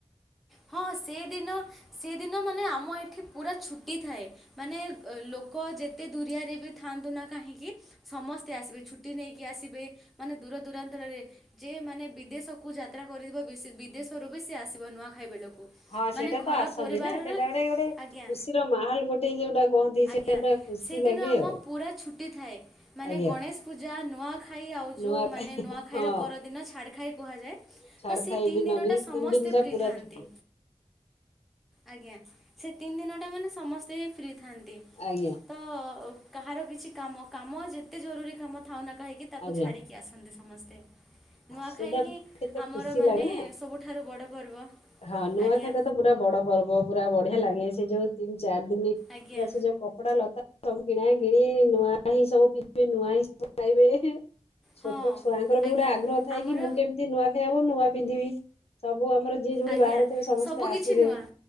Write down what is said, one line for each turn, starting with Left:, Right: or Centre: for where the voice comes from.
Centre: ହଁ ସେଦିନ ସେଦିନ ମାନେ ଆମ ଏଠି ପୁରା ଛୁଟି ଥାଏ। ମାନେ ଲୋକ ଯେତେ ଦୁରିଆରେ ବି ଥାଆନ୍ତୁ ନା କାହିଁକି। ସମସ୍ତେ ଆସିବେ ଛୁଟି ନେଇକି ଆସିବେ ମାନେ ଦୂର ଦୂରାନ୍ତରେ। ଯେ ମାନେ ବିଦେଶକୁ ଯାତ୍ରା କରିଥିବ ବିଦେଶରୁ ବି ସେ ଆସିବ ନୂଆଖାଇ ବେଳକୁ।
Left: ହଁ ସେଇଟା
Centre: ମାନେ ଘର
Left: ତ ଆସନ୍ତି
Centre: ପରିବାରର
Left: ନା ସେଇଟା ଗୋଟେ ଗୋଟେ
Centre: ଆଜ୍ଞା
Left: ଖୁସିର ମାହଲ ଗୋଟେ ଯୋଉଟା କହନ୍ତି
Centre: ଆଜ୍ଞା
Left: ସେଟା ପୁରା। ଖୁସି
Centre: ସେଦିନ
Left: ଲାଗେ
Centre: ଆମ
Left: ଆଉ
Centre: ପୁରା ଛୁଟି ଥାଏ ମାନେ
Left: ଆଜ୍ଞା।
Centre: ଗଣେଶ ପୂଜା ନୂଆଖା। ଆଉ ଯୋଉ
Left: ନୂଆ
Centre: ନୂଆ ଖାଇର
Left: ହଁ
Centre: ପର ଛାଡ ଖାଇ କୁହାଯାଏ
Left: ଛାଡଖାଇ
Centre: ତ ସେ ତିନିଦିନଟା।
Left: ଦିନ ବି
Centre: ସମସ୍ତେ
Left: ତିନି ଦିନ ଟା
Centre: ଫ୍ରୀ
Left: ପୁରା
Centre: ଥାଆନ୍ତି।
Left: ଛୁଟି।
Centre: ଆଜ୍ଞା ସେ ତିନି ଦିନଟା ମାନେ ସମସ୍ତେ ଫ୍ରି ଥାଆନ୍ତି।
Left: ଆଜ୍ଞା
Centre: ତ କାହାର କିଛି କାମ କାମ ଯେତେ ଜରୁରୀ କାମ ଥାଉନା କାହିଁ କି ତାକୁ
Left: ଆଜ୍ଞା
Centre: ଛାଡ଼ିକି ଆସନ୍ତି। ସମସ୍ତେ ନୂଆଖାଇ
Left: ସେଟା
Centre: ହିଁ
Left: କେତେ
Centre: ଆମର
Left: ଖୁସି
Centre: ମାନେ
Left: ଲାଗେ ନା
Centre: ସବୁଠାରୁ ବଡ଼ ପର୍ବ।
Left: ହଁ ନୂଆଖାଇଟା
Centre: ଆଜ୍ଞା।
Left: ତ ପୁରା ବଡ ପର୍ବ ପୁରା ବଢିଆ ଲାଗେ ସେ ଯୋଉ ତିନି ଚାରି ଦିନ।
Centre: ଆଜ୍ଞା
Left: ପ ସେ ଯୋଉ କପଡା ଲତା <unintelligible> ସବୁ କିଣା କିଣି ନୂଆ ହିଁ ସବୁ ପିନ୍ଧିବେ ନୂଆ ହିଁ ସବୁ ଖାଇବେ। ଛୋଟ
Centre: ହଁ
Left: ଛୁଆଙ୍କର ବି
Centre: ଆଜ୍ଞା
Left: ଗୋଟେ ଆଗ୍ରହ ଥାଏ
Centre: ଆମର
Left: କି ମୁଁ କେମିତି ନୂଆ ଖାଇବା ନୂଆ ପିନ୍ଧିବି ସବୁ ଆମର। ଯିଏ ଯୋଉଠି
Centre: ଆଜ୍ଞା
Left: ବାହାରେ ଥିବେ ସମସ୍ତେ
Centre: ସବୁ କିିଛି
Left: ଆସିବେ
Centre: ନୂଆ